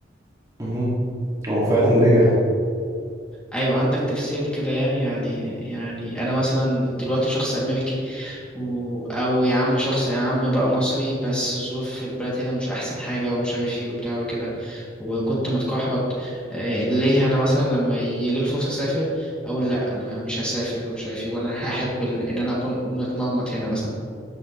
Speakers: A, on the right; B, in the centre.
A: مهم. هو فعلا رجع
B: ايوه عندك تفسير لكده يعني يعني يعني انا مثلا دلوقتي شخص امريكي و... او يا عم شخص يا عم بقى مصري بس ظروف في البلد هنا مش احسن حاجه ومش عارف ايه وبتاع وكده وكنت متكحرت آه، ليه انا مثلا لما يجي لي فرصه اسافر اقول لا انا مش هسافر ومش عارف ايه وانا هحب ال- ان انا اكون متمرمط هنا مثلا